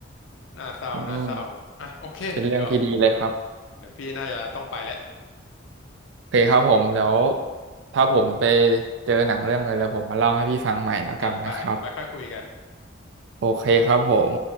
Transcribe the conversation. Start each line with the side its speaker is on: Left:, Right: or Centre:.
Left: น่าเศร้าน่าเศร้าอ่ะโอเคเดี๋ยว
Right: อืมเป็นเรื่องที่ดีเลยครับ
Left: เดี๋ยวพี่น่าจะต้องไปแล้ว
Right: โอเคครับผมเดี๋ยวถ้าผมไปเจอหนังเรื่องอะไรแล้วผมมาเล่าให้พี่ฟังใหม่แล้วกันนะครับ
Left: จัดไปไว้ค่อยคุยกัน
Right: โอเคครับผม